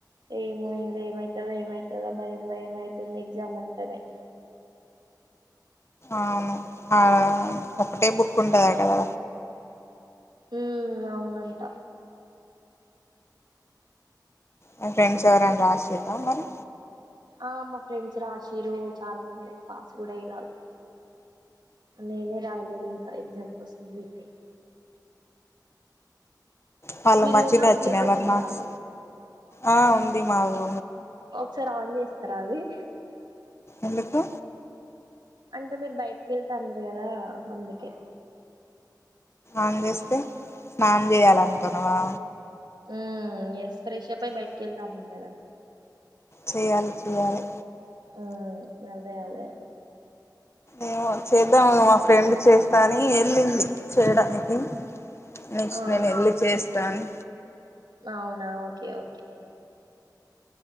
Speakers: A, on the right (about 80°); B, on the left (about 35°).
A: ఏమో ఇంగా ఏమైతదో ఏమైతదో భయం భయం అయి తుంది ఎగ్జామ్ అంటేనే
B: అవును ఆ ఒకటే బుక్ ఉంటదట కదా
A: ఉమ్, అవునంట.
B: మి ఫ్రెండ్స్ ఎవరైనా రాసిర్రా మరి?
A: ఆ మా ఫ్రెండ్స్ రాశిర్రు చాలా మంది, పాస్ కూడా అయ్యిరాళ్ళు. నేనే రాయలేదు ఇంకా, ఎగ్జామ్ కోసం వెయిటింగ్.
B: వాళ్ళకు
A: మీ
B: మంచిగ్నే
A: రూమ్ లో
B: వచ్చినయా
A: గీజర్
B: మరి
A: ఉందా
B: మార్క్స్? ఆ ఉంది మాగు
A: ఒకసారి ఆన్ చేస్ ర్రవి
B: ఎందుకు?
A: అంటే మీరు బయటికెళ్త అన్నారు కదా, అందుకే!
B: ఆన్ చేస్తే, స్నానం చేయాలంటన్నవా?
A: ఉమ్, ఎస్ ఫ్రేషపై బయటికెళ్తే అవ్వదు కదా?
B: చేయాలి చెయాలి.
A: ఉమ్ అదే అదే.
B: ఏమో చేద్దాము, మా ఫ్రెండ్ చేస్తాని ఏళ్ళింది చేయడానికి. నెక్స్ట్
A: అవునా
B: నేనేళ్ళి చేస్తా అని.
A: అవునా ఓకే ఓకే.